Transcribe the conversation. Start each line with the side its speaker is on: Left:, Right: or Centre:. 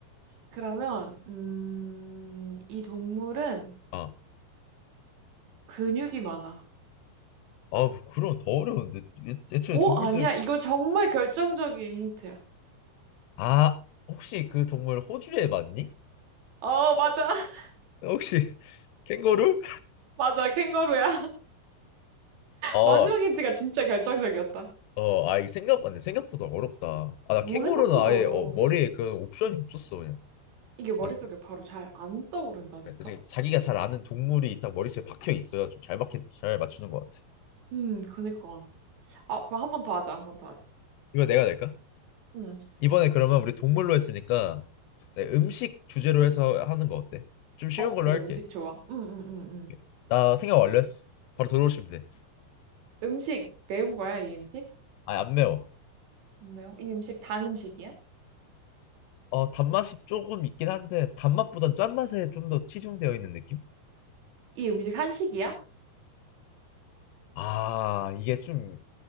Right: 그러면, 음, 이 동물은
Left: 아,
Right: 근육이 많아.
Left: 아, 그, 그럼 더 어려운데. 애- 애초에
Right: 오,
Left: 동물들
Right: 아니야. 이거 정말 결정적인 힌트야.
Left: 아, 혹시 그 동물 호주에 맞니?
Right: 어, 맞아. <laughs>
Left: 혹시 <laughs> 캥거루?
Right: 맞아. 캥거루야.
Left: 아,
Right: 마지막 힌트가 진짜 결정적이었다.
Left: 어, 아, 이 생각 안 생각보다 어렵다. 아, 나
Right: 뭐
Left: 캥거루는
Right: 생각보다
Left: 아예
Right: 어려워.
Left: 어, 머리에 그 옵션이 없었어 그냥.
Right: 이게 머릿속에
Left: 아,
Right: 바로 잘 안 떠오른다니까?
Left: 그래서 자기가 잘 아는 동물이 있다 머릿속에 박혀 있어야 좀 잘 맞잘 맞추는 것 같아.
Right: 음, 그니까. 아, 그럼 한 번 더 하자, 한 번 더 하자.
Left: 이거 내가 낼까?
Right: 음.
Left: 이번에 그러면 우리 동물로 했으니까 네, 음식 주제로 해서 하는 거 어때? 좀 쉬운
Right: 어,
Left: 걸로
Right: 그래,
Left: 할게.
Right: 음식 좋아. 음, 음, 음, 음.
Left: 오케이. 나 생각 완료했어. 바로 들어오시면 돼.
Right: 음식 매운 거야, 이 음식?
Left: 아, 안 매워.
Right: 안 매워? 이 음식 단 음식이야?
Left: 어, 단맛이 조금 있긴 한데 단맛보단 짠맛에 좀 더 치중되어 있는 느낌?
Right: 이 음식 한식이야?
Left: 아, 이게 좀